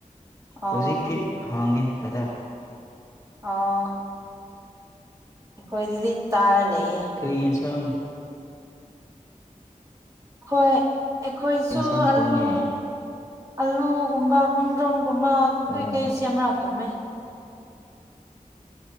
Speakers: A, on the right; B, on the left.
A: ꯑꯣ
B: ꯍꯧꯖꯤꯛꯇꯤ ꯍꯥꯡꯉꯦ ꯈꯔ
A: ꯑ ꯑꯩꯈꯣꯏ ꯑꯗꯨꯗꯤ ꯇꯥꯔ ꯂꯩꯌꯦ
B: ꯀ꯭ꯔꯤꯟ ꯁꯪ
A: ꯍꯈꯣꯏ ꯑꯩꯈꯣꯏꯁꯨ
B: ꯌꯦꯟꯁꯥꯡ
A: ꯑꯂꯨ
B: ꯊꯣꯡꯉꯦ
A: ꯑꯂꯨꯒꯨꯝꯕ ꯈꯨꯨꯟꯗ꯭ꯔꯣꯝꯒꯨꯝꯕ ꯀꯩꯀꯩ
B: ꯑꯣ
A: ꯆ ꯑꯃ ꯊꯝꯃꯦ